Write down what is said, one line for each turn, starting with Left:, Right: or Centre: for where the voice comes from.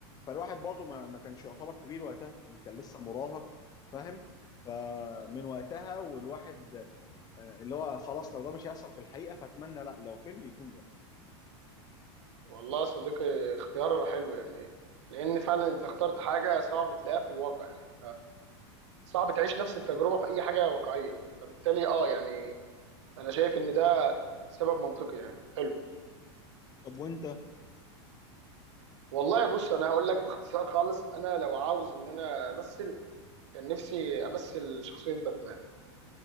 Left: فالواحد برضه ما... ما كانش يعتبر كبير وقتها كان لسه مراهق فاهم فمن
Right: مم.
Left: وقتها والواحد آه، اللي هو خلاص لو ده مش هيحصل في الحقيقه فاتمنى لا لو فيلم يكون ده
Right: والله يا صديقي اختيار حلو يعني لان فعلا انت اخترت حاجه صعب تلاقيها في الواقع يعني فصعب تعيش نفس التجربه في اي حاجه واقعيه فبالتالي اه يعني انا شايف ان ده سبب منطقي يعني حلو
Left: طب وانت
Right: والله بص انا هقول لك باختصار خالص انا لو عاوز ان انا امثل كان نفسي امثل شخصيه باتمان